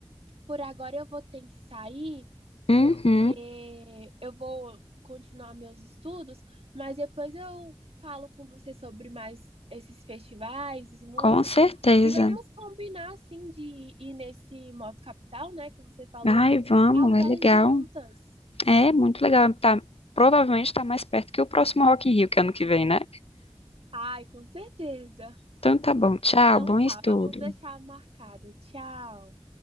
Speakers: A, on the right; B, on the left.
A: por agora eu vou ter que sair,
B: Uhum,
A: porque eu vou continuar meus estudos, mas depois eu falo com você sobre mais esses festivais, as músicas,
B: com certeza.
A: e vamos combinar, assim, de ir nesse Moto Capital, né, que você falou,
B: Ai, vamos,
A: até
B: é legal.
A: juntas.
B: É muito legal. Tá, provavelmente tá mais perto que o próximo Rock in Rio, que é ano que vem, né?
A: Ai, com certeza.
B: Então tá bom. Tchau,
A: Então
B: bom
A: tá,
B: estudo.
A: vamos deixar marcado. Tchau.